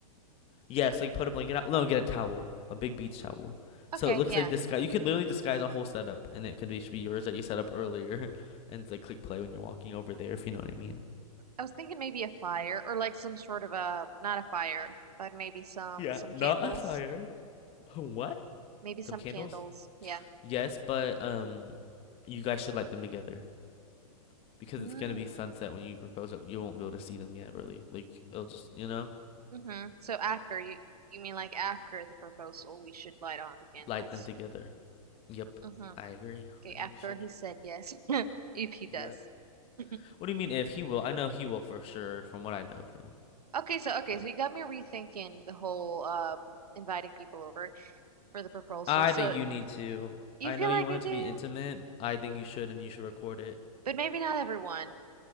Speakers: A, on the left; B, on the right.
A: Yes, like put a blanket out. No, get a towel, a big beach towel.
B: Okay,
A: So it looks
B: yeah.
A: like this guy. You could literally disguise a whole setup, and it could be should be yours that you set up earlier, <laughs> and like click play when you're walking over there, if you know what I mean.
B: I was thinking maybe a fire or like some sort of a, not a fire, but maybe some
A: Yeah,
B: some
A: not
B: candles.
A: a fire. What?
B: Maybe some
A: Some candles?
B: candles. Yeah.
A: Yes, but um, you guys should light them together because
B: Mm.
A: it's gonna be sunset when you propose it. You won't be able to see them yet, really. Like it'll just you know
B: hmm So after you you mean like after the proposal, we should light on the candles.
A: light them together. Yep,
B: Mm-hmm.
A: I agree.
B: Okay,
A: I think
B: after
A: you should.
B: he said yes, <laughs> if he
A: Yep.
B: does. <laughs>
A: What do you mean if he will? I know he will for sure from what I know of him.
B: Okay, so okay,
A: So.
B: so you got me rethinking the whole uh inviting people over for the proposal.
A: I
B: So
A: think you need to.
B: you
A: I
B: feel
A: know you
B: like
A: want
B: I
A: it
B: do,
A: to be intimate. I think you should, and you should record it.
B: but maybe not everyone.